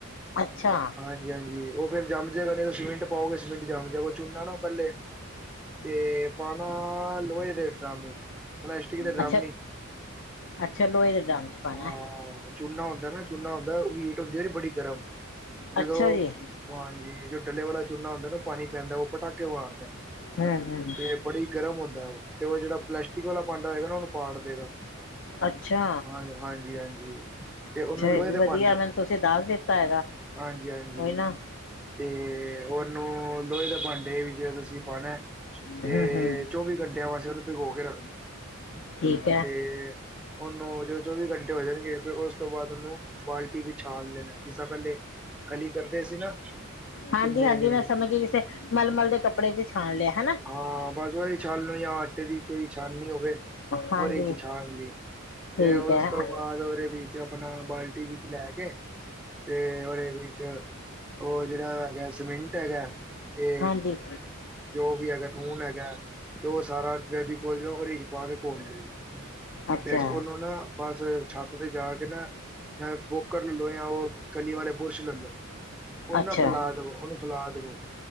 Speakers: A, on the left (about 55°); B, in the centre.
A: ਅੱਛਾ
B: ਹਾਂਜੀ-ਹਾਂਜੀ ਓ ਫਿਰ ਜੰਮ ਜੇਗਾ ਇਦੇ ਸਮਿੰਟ ਪਾਓਗੇ ਸਮਿੰਟ ਜਮ ਜਾਉਗਾ ਚੁਨਾ ਨਾ ਪਹਿਲੇ ਤੇ ਪਾਣਾ ਲੋਹੇ ਦੇ ਰਾਮ ਵਿਚ ਹੁਣ ਐਸਟ ਰਾਮ
A: ਅੱਛਾ
B: ਨਹੀਂ
A: ਅੱਛਾ ਲੋਹੇ ਦੇ ਡਰਮ ਚ ਪਾਉਣਾ
B: ਹਾਂ ਚੁੱਲਾ ਹੁੰਦਾ ਨਾ ਚੁੱਲਾ ਹੁੰਦਾ ਓ ਹੀਟ ਹੁੰਦੀ ਐ ਦੀ ਬੜੀ ਗਰਮ ਜਦੋਂ
A: ਅੱਛਾ ਜੀ
B: ਹਾਂਜੀ ਜੋ ਡੱਲੇ ਵਾਲਾ ਚੂਨਾ ਹੁੰਦਾ ਨਾ ਪਾਣੀ ਪੈਂਦਾ ਓ ਪਟਾਕੇ ਮਾਰਦਾ
A: ਹਮ ਹਮ
B: ਤੇ ਬੜੀ ਗਰਮ ਹੁੰਦਾ ਓ ਤੇ ਓ ਜੇੜਾ ਪਲਾਸਟਿਕ ਵਾਲਾ ਭਾਂਡਾ ਹੈਗਾ ਨਾ ਓਨੂੰ ਪਾੜ ਦੇਗਾ
A: ਅੱਛਾ
B: ਹਾਂ ਹਾਂਜੀ-ਹਾਂਜੀ ਤੇ
A: ਅੱਛਾ
B: ਓਨੂੰ ਲੋਹੇ
A: ਇਹ ਵੀ
B: ਦੇ
A: ਵਧੀਆ
B: ਭਾਂਡੇ
A: ਮੈਨੂੰ ਤੁਸੀਂ ਦੱਸ ਦਿੱਤਾ ਹੈਗਾ
B: ਹਾਂਜੀ-ਹਾਂਜੀ
A: ਕੋਈ ਨਾ
B: ਤੇ ਹੋ ਤੋਨੂੰ ਲੋਹੇ ਦੇ ਭਾਂਡੇ ਵੀ ਜੇ ਤੁਸੀਂ ਪਾਣਾ ਤੇ
A: ਹਮ ਹਮ
B: ਚੌਵੀ ਘੰਟਿਆਂ ਵਾਸਤੇ ਤੇ ਓਨੂੰ ਭਿਗੋ ਕੇ ਰੱਖਣਾ
A: ਠੀਕ ਹੈ
B: ਤੇ ਓਨੂੰ ਜਦੋਂ ਚੌਵੀ ਘੰਟੇ ਹੋ ਜਾਣਗੇ ਫਿਰ ਉਸ ਤੋਂ ਬਾਦ ਉਨੂੰ ਬਾਲਟੀ ਵਿੱਚ ਛਾਣ ਲੈਣਾ ਜਿਸ ਤਰ੍ਹਾਂ ਪੇਲੇ ਕਲੀ ਕਰਦੇ ਸੀ ਨਾ।
A: ਹਾਂਜੀ-ਹਾਂਜੀ
B: ਚੁੰਨੇ ਦੀ
A: ਮੈਂ ਸਮਝ ਗੀ ਕਿਸੇ ਮਲਮਲ ਦੇ ਕੱਪੜੇ ਚ ਛਾਣ ਲਿਆ। ਹਨਾ
B: ਹਾਂ ਬਸ ਓਦੀ ਛਲਣੀ ਆ ਆਟੇ ਦੀ ਚਈ ਛਾਨਨੀ ਹੋਵੇ
A: ਹਾਂਜੀ
B: ਓਰੇ ਚ ਛਾਲ ਲਈ। ਤੇ
A: ਠੀਕ
B: ਉਸ
A: ਹੈ
B: ਤੋਂ ਬਾਦ ਉਰੇ ਵੀ ਆਪਣਾ ਬਾਲਟੀ ਵਿੱਚ ਲੈ ਕੇ ਤੇ ਓਦੇ ਵਿੱਚ ਓ ਜੇੜਾ ਹੈਗਾ ਸਮਿੰਟ ਹੈਗਾ ਤੇ
A: ਹਾਂਜੀ
B: ਜੋ ਵੀ ਹੈਗਾ ਨੂਨ ਹੈਗਾ ਤੇ ਓਹ ਸਾਰਾ ਫੇਵੀਕੋਲ <unintelligible> ਪਾ ਕੇ ਘੋਲ ਲ
A: ਅੱਛਾ
B: ਫੇਸ ਓਨੂੰ ਨਾ ਬਸ ਛੱਤ ਤੇ ਜਾ ਕੇ ਨਾ ਬੋਕਰ ਲਲੋ ਜਾਂ ਓ ਕਲੀ ਵਾਲੇ ਬੁਰਸ਼ ਲੱਲਓ ਓਨਾ
A: ਅੱਛਾ
B: ਫੈਲਾ ਦੇਵੋ ਓਨੂੰ ਫੈਲਾ ਦੇਵੋ।